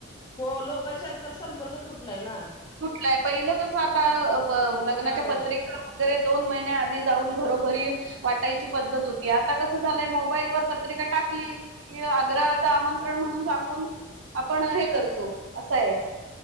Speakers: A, on the left; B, on the right.
A: हो लोकांशी आजकांल संपर्क तुटलांय नां
B: तुटलांय पहिलं कसं आतां लग्नांच्या
A: त्यामुळे
B: पत्रिकां दोन महिन्यां आधी जाऊंन घरोघरी वाटायंची पद्धतं होती आतां कसं झालंय मोबाईलवरं पत्रिकां टांकली कि आग्रहांचा आमंत्रण म्हणूंन सांगून आपणं हे करतो असं आहे